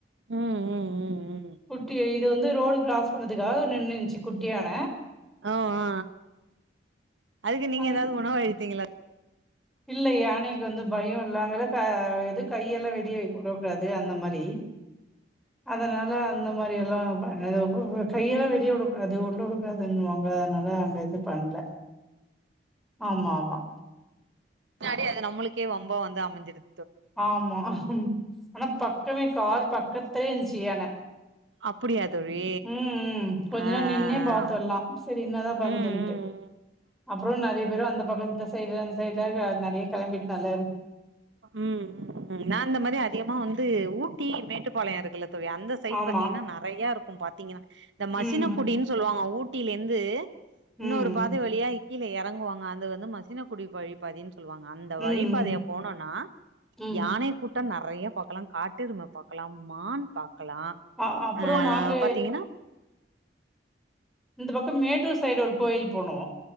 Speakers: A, on the right; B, in the centre.
A: ம் ம் ம் ம்
B: குட்டி இது வந்து ரோடு க்ராஸ் பன்னதுக்காக நின்னுஞ்சி குட்டி யான
A: அ ஒ அ அதுக்கு நீங்க
B: அந்த
A: எதாவ்து உணவு அளித்தீங்ளா
B: இல்ல யானைக் வந்து பயொ இல்லாங்கல்லக எதுக் கையெல்லா வெடி <unintelligible> அந்த மாரி அதனால அந்த மாரி எல்லா <unintelligible> கையெல்லா வெளிய உடக்கூடாது உள்ள வுடக் கூடாதுன் வாங்க அதனால அங்க இது பண்ல ஆமா ஆமா
A: பின்னாடி அது நம்மளுக்கே வம்பா வந்து அமஞ்சிர்
B: ஆமா ஆனா பக்கமே கார் பக்கத்ல்யே இருஞ்சு யான
A: அப்படியா தோழி
B: ம் ம் கொஞ்சொ
A: ஆ ஆ
B: நேரோ நின்னே பாத்துர்லா
A: ஆ
B: செரி இன்னதா பன்துன்ட்டு
A: ம் ம் ம்
B: அப்றோ நெறைய பேரு அந்த பக்கத்து சைட்ல அந் சைட்ல நெறைய கெளம்பிட்னால
A: ம் ம் ம் நா அந்த மாரி அதிகமா வந்து ஊட்டி மேட்டுப்பாளயொ இருக்குல தோழி அந்த சைட்
B: ஆமா
A: பாத்திங்ன்னா நெறைய இருக்கு பாத்திங்ன்னா இந்த மசின
B: ம்
A: குடினு சொல்லுவாங்க ஊட்டிலே ந்து
B: ம்
A: இன்னொரு பாதெ வழியா கீழ எறங்குரவாங்க அது வந்து மசின குடி வழிப்பாதின் சொல்லுவாங்க அந்த
B: ம் ம்
A: வழி பாதையா போனோனா
B: ம்.
A: யானை கூட் டம் நெறைய பாக்லா காட்டெரும பாக்கலாம் மான் பாக்கலா
B: அ அப்புற
A: அ
B: நாங்க
A: பாத்திங்கன்னா
B: இந்த பக்கொ மேட்டூர் சைடுர ஒரு கோயில் போனோ